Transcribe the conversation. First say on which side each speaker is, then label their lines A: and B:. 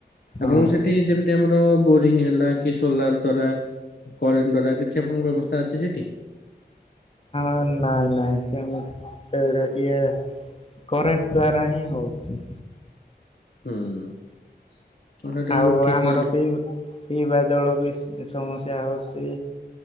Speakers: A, on the left (about 35°); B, on the left (about 60°).
A: ହଁ
B: ଆପଣଙ୍କ ସେଠି ଯେମିତି ଆମର ବୋରିଂ ହେଲା କି ସୋଲାର ଦ୍ଵାରା କରେଣ୍ଟ ଦ୍ୱାରା କିଛି ଆପଣଙ୍କ ବ୍ୟବସ୍ଥା ଅଛି ସେଠି?
A: ତ ନାଇଁ ନାଇଁ ସେ ଆମ ଏ ଇଏ କରେଣ୍ଟ ଦ୍ଵାରା ହିଁ ହଉଛି।
B: ହୁଁ ତ ସେଟା ବି
A: ଆଉ
B: ଗୋଟେ ଠିକ୍
A: ଆମର
B: କହିଲେ
A: ବି ପିଇବା ଜଳ ବି ସମସ୍ୟା ହଉଛି